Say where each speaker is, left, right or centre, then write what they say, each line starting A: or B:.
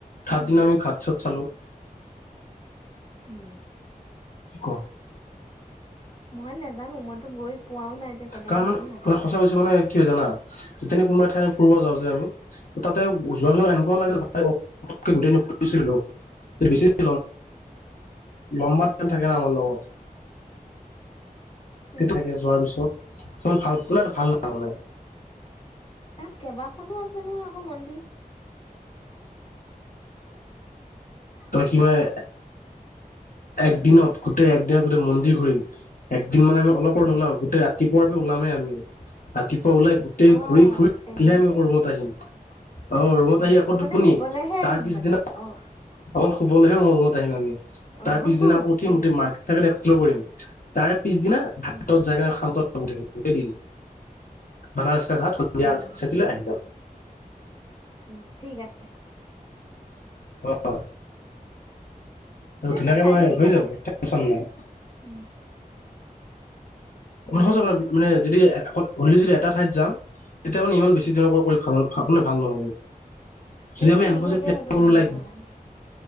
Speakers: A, on the left; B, on the left.
A: থাৰ্ড
B: উম
A: দিনা আমি ঘাট-চাট চালো।
B: উম
A: কি ক'?
B: মই নেজানো, মইতো গৈ পোৱাও নাই যে কেনেকে
A: কাৰণ
B: কি হ'ব।
A: মানে সঁচা কৈছোঁ মানে কি হয় জানা? যেতেনি কোনবাই ঠাই ফুৰব যাওঁ যে আমি তাতে যোৱা পিছত এনেকুৱা লাগে <unintelligible> <unintelligible> লম্বা টাইম থাকে না আমাৰ লগত।
B: উম
A: থাকে যোৱাৰ পিছত, ইমান ভাল <unintelligible> ভাল হয়।
B: তাত কেইবাখনো আছে নহয় আকৌ মন্দিৰ
A: তই কিবা হয় এক দিনত গোটেই এক দিনত গোটেই মন্দিৰ ঘূৰিম এক দুদিন মানে আমি অলপ নলাওঁ গোতেই ৰাতিপুৱাৰ পুৱাৰ ওলাম ওম ৰাতি ওলাই গোটেই
B: অ'
A: ঘূৰি ফুৰিহে
B: তেনেকে
A: আমি আকৌ ৰুমত আহিম অ ৰুমত আহি
B: অকল
A: আকৌ
B: মানে
A: টোপনি
B: শুবলেহে
A: তাৰ
B: আহিম
A: পিছদিনা
B: মানে অ'।
A: অকল শুবলৈহে মোৰ ৰুমত আহিম আমি
B: অ'
A: তাৰ পিছদিনা আকৌ উঠিম
B: ঠিক
A: ৰ্মাৰ্কেট
B: আছে।
A: <unintelligible> কৰিম তাৰ পিছদিনা ভাৰত
B: উম।
A: যায় কাৰ শান্ত গোটেই দিন মানৰ
B: উম।
A: <unintelligible>
B: উম, ঠিক আছে
A: অ
B: তেন্তে
A: ধুনীয়াকে
B: চাৰিদিনে
A: মই হৈ যাব
B: ন?
A: টেনচন নাই
B: উম,
A: <unintelligible> মানে যদি গধূিল যদি এটা ঠাইত যাম এতিয়া মানে ইমান বেছিদিনৰ ভাল মে ভাল নহব যদি
B: বেছি
A: আমি এনেুৱা
B: দীঘলীয়া
A: যদি
B: হ'লেও
A: প্লেন
B: বেয়া অ'।